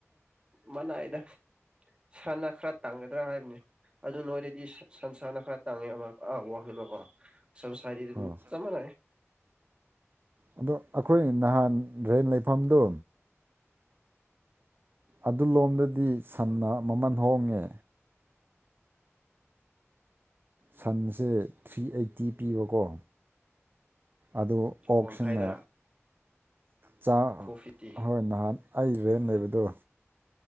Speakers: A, on the right (about 20°); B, on the right (about 45°).
A: ꯃꯅꯥ ꯑꯗ ꯁꯥꯟꯅ ꯈꯔ ꯇꯥꯡꯒꯗ꯭ꯔꯥ ꯍꯥꯏꯕꯅꯤ ꯑꯗꯨ ꯅꯣꯏꯗꯗꯤ ꯁꯟ ꯁꯅ ꯈꯔ ꯇꯥꯡꯉꯦ ꯑꯃ ꯑ ꯋꯥꯂꯣꯀꯣ ꯁꯟꯁꯥꯔꯤ ꯑꯗꯨ
B: ꯑꯣ
A: ꯆꯃꯅꯥꯏ
B: ꯑꯗꯣ ꯑꯩꯈꯣꯏ ꯅꯍꯥꯟ ꯔꯦꯟ ꯂꯩꯐꯝꯗꯣ ꯑꯗꯨꯂꯣꯝꯗꯗꯤ ꯁꯟꯅ ꯃꯃꯜ ꯍꯣꯡꯉꯦ ꯁꯟꯁꯦ ꯊ꯭ꯔꯤ ꯑꯩꯠꯇꯤ ꯄꯤꯕꯀꯣ ꯑꯗꯨ ꯑꯣꯛꯁꯤꯅ
A: ꯋꯥꯡꯈꯥꯏꯗꯔ
B: ꯆꯥꯥꯛ
A: ꯐꯣꯔ ꯐꯤꯐꯇꯤ
B: ꯍꯣꯏ ꯅꯍꯥꯟ ꯑꯩ ꯕꯦꯟ ꯂꯩꯕꯗꯣ